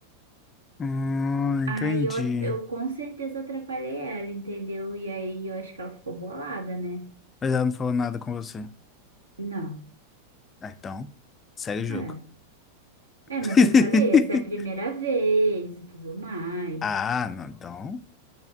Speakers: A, on the left (about 20°); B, on the right (about 75°).
A: Hum,
B: Aí
A: entendi.
B: eu, eu com certeza atrapalhei ela, entendeu? E aí eu acho que ela ficou bolada, né?
A: Mas ela não falou nada com você.
B: Não.
A: Ah, então, segue o jogo.
B: É. É, mas
A: <laughs>
B: eu falei, essa é a primeira vez e tudo mais.
A: Ah, não, então,